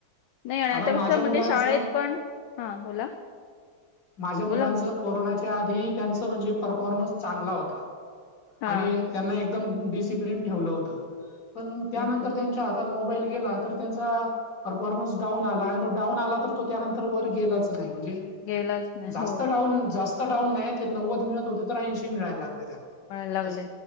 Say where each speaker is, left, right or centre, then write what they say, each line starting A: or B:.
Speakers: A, on the left; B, on the left.
A: आणि आता
B: माझ्या
A: कसं म्हणजे
B: मुलांचं
A: शाळेत पण हा बोला-
B: माझ्या मुलांचं
A: बोला बोला
B: कोरोनाच्या आधी त्यांचं म्हणजे परफॉर्मन्स चांगला होता.
A: हा
B: आणि त्यांना एकदम डिसिप्लन ठेवलं होत पण त्यानंतर
A: ओके
B: त्यां- च्या हातात मोबाईल गेला तर त्यांचा- परफॉर्मन्स डाऊन आला आणि तो डाऊन आला तर तो त्यानंतर वर गेलाच नाही म्हणजे-
A: गेलाच- नाही
B: जास्त
A: हो
B: डाऊन जास्त डाऊन नायी ते नव्वद मिळत होते तर ऐंशी मिळायला लागले त्यांना.
A: म्हणायला लागले
B: अस